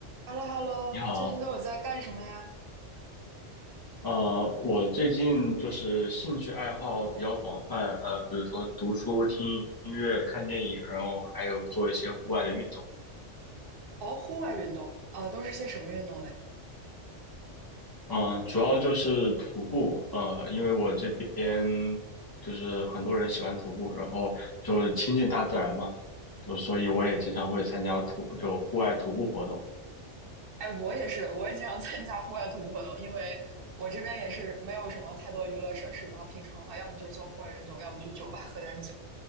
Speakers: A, on the right (about 60°); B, on the left (about 25°).
A: h e l l o h e l l o
B: 你好，
A: 最近都有在干什么呀？
B: 呃，我最近就是兴趣爱好比较广泛，呃，比如说读书、听音乐、看电影，然后还有做一些户外的运动，
A: 哦，户外运动，呃，都是些什么运动嘞？
B: 嗯、主要就是徒步，呃，因为我这边就是很多人喜欢徒步，然后就是亲近大自然嘛，就所以我也经常会参加徒就户外徒步活动，
A: 哎，我也是，我也经常参加户外徒步活动，因为我这边也是没有什么太多娱乐设施，然后平常的话，要么就是做户外运动，要么去酒吧喝点酒。